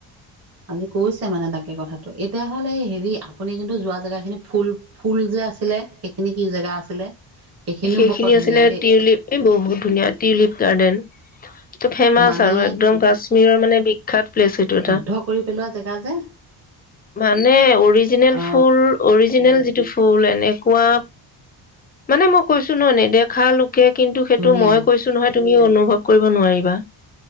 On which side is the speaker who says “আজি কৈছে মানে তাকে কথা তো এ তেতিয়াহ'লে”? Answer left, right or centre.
Right